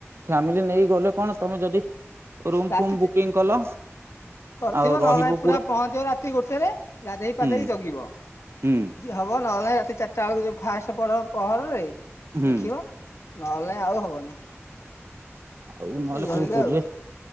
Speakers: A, on the right (about 55°); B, on the left (about 70°).
A: ଫ୍ୟାମିଲି ନେଇକି ଗଲେ କଣ ତମେ ଯଦି ରୁମ୍
B: ରାତି
A: ଫୁମ୍ ବୁକିଂ କଲ
B: କରିଥିବ
A: ଆଉ
B: ନହେଲେ
A: ରହିବ
B: ନାଇ ପୁରା ପହଞ୍ଚିବ ରାତି ଗୋଟେରେ ଗାଧେଇ
A: ହୁଁ
B: ପାଧେଇ ଜଗିବ।
A: ହୁଁ
B: ହବ ନହେଲେ ରାତି ଚାରିଟା ବେଳକୁ ଯୋ ଫାଷ୍ଟ ପର ପହରରେ
A: ହୁଁ
B: ଦେଖିବ। ନହେଲେ ଆଉ ହବନି।
A: ଆଉ ନହେଲେ
B: ଏଇଭଳିକା
A: କୋଉ ପୁରୀରେ
B: ଆଉ ଉଁ